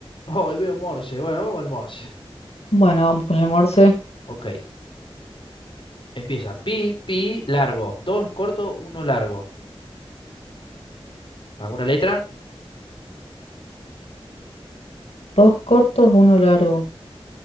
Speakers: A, on the left; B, on the left.
A: Oh, y veo Morse, bueno, vamos con el Morse.
B: Bueno, vamos con el morse.
A: Ok, empieza. Pi, pi, largo. Dos corto, uno largo. ¿Alguna letra?
B: Dos cortos, uno largo.